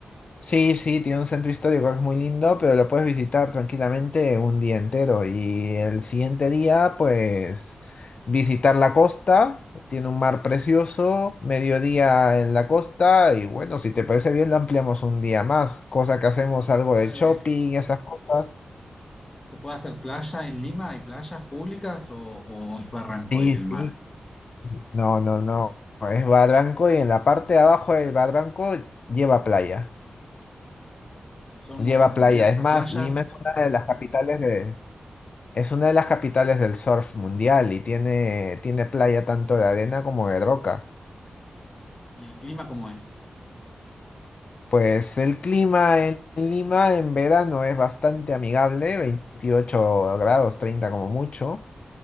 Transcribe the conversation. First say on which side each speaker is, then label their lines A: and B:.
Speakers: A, on the left; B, on the left.
A: Sí, sí, tiene un centro histórico que es muy lindo, pero lo puedes visitar tranquilamente un día entero. Y el siguiente día, pues, visitar la costa. Tiene un mar precioso, mediodía en la costa. Y bueno, si te parece bien, lo ampliamos un día más. Cosa que hacemos algo
B: ¿Puede,
A: de shopping y esas cosas.
B: se puede hacer playa en Lima? ¿Hay playas públicas o, o es barranco
A: Sí,
B: y el
A: sí.
B: mar?
A: No, no, no. Es Barranco y en la parte de abajo del Barranco lleva playa.
B: ¿Son
A: Lleva
B: muy concurridas
A: playa. Es
B: esas
A: más,
B: playas?
A: Lima es una de las capitales de, es una de las capitales del surf mundial y tiene, tiene playa tanto de arena como de roca.
B: ¿Y el clima cómo es?
A: Pues el clima en Lima en verano es bastante amigable, 28 grados, 30 como mucho.